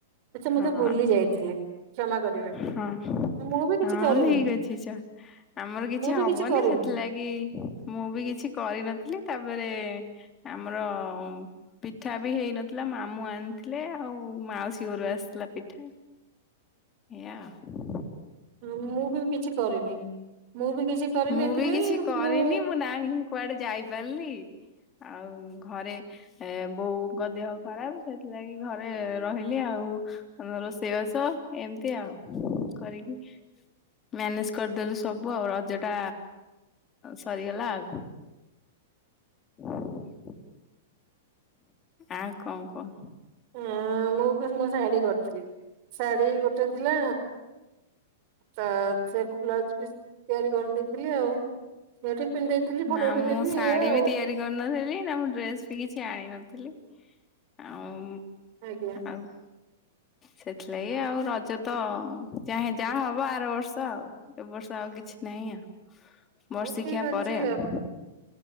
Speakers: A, on the right (about 50°); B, on the left (about 25°).
A: ଏଛା
B: ହଁ
A: ମତେ ବୁଲି ଯାଇଥିଲେି କ୍ଷମା କରିବ
B: ହଁ
A: ମୁଁ ବି
B: ହଁ
A: କିଛି କରିନି।
B: ଠିକ ଅଛି ଚ ଆମର କିଛି
A: ମୁଁ ବି
B: ହବନି
A: କରିନି।
B: ସେଥିଲାଗି ମୁଁ ବି କିଛି କରିନଥିଲି ତାପରେ ଆମର ପିଠା ବି ହେଇନଥିଲା ମାମୁଁ ଆଣିଥିଲେ ଆଉ। ମାଉସୀ ଘରୁ ଆସିଲା ପିଠା ଏଇଆଉ।
A: ମୁଁ ବି କିଛି କରିନି ମୁଁ ବି କିଛି କରିନି
B: ମୁଁ
A: ଏଥିପାଇଁ
B: ବି କିଛି କରିନି
A: ମୁଁ
B: ନାହିଁ। କୁଆଡେ ଯାଇପାରିଲି ଆଉ ଘରେ ଏ ବୋଉଙ୍କ ଦେହ ଖରାପ ସେଥିଲାଗି ଘରେ ରହିଲି ଆଉ। ଆମ ରୋ ସେେଇବା ସହ ଏମିତି ଆଉ କରିକି ମ୍ୟାନେଜ କରିଦେଲେ ସବୁ। ସବୁ ଆଉ ରଜ ଟା ସରିଗଲା ଆଉ। ହୁଁ। ଆ କଣ କହ।
A: ହଁ ମୁଁ ଶାଢୀ କରିଥିଲି ଶାଢୀ ଗୋଟେ ଥିଲା। ତ ସେକୁ ବ୍ଲାଉଜ ପିସ୍ ତିଆରି କରନ୍ତି। ଥିଲ ଆଉ ସେଠ ପିନ୍ଧି ଦେଇେଇଥିଲି ଫଟୋ
B: ନା
A: ଫଟ
B: ମୁଁ
A: ଦେଲି
B: ଶାଢୀ
A: ଏଇଆ ଆଉ।
B: ବି ତିଆରି କରିନଥିଲି ନା ମୁଁ ଡ୍ରେସ ବି କିଛି ଆଣି ନଥିଲି ଆଉ।
A: ଆଜ୍ଞା
B: ଆଉ। ସେଥିଲାଗି ଆଉ ରଜ ତ ଯାେ ଯାହା ହବ ଆର ବର୍ଷ ଆଉ। ଏ ବର୍ଷା ଆଉ କିଛି ନାହିଁ ଆଉ। ବର୍ଷ
A: ହଉ ଠିକ
B: ଖିଆ
A: ଅଛି
B: ପରେ ଆଉ